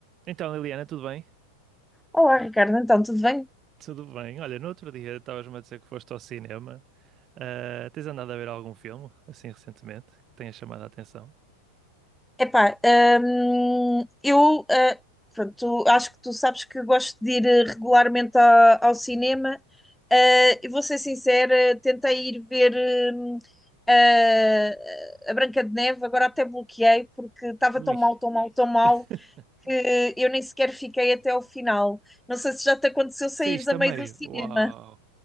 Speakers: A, on the right; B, in the centre.
A: Então, Liliana, tudo bem?
B: Olá, Ricardo, então, tudo bem?
A: Tudo bem. Olha, no outro dia estavas-me a dizer que foste ao cinema. Ah, tens andado a ver algum filme, assim, recentemente, que tenha chamado a atenção?
B: Epá, hum, eu ah, pronto, tu- acho que tu sabes que gosto de ir eh, regularmente a- ao, cinema. Ah, e vou ser sincera, tentei ir ver hum, ah, a Branca de Neve, agora até bloqueei porque estava
A: Ui.
B: tão mal, tão mal, tão mal
A: <laughs>
B: que eh, eu nem sequer fiquei até ao final. Não sei se já te aconteceu saíres
A: Saíste
B: a
A: a
B: meio
A: meio.
B: do cinema.
A: Uau.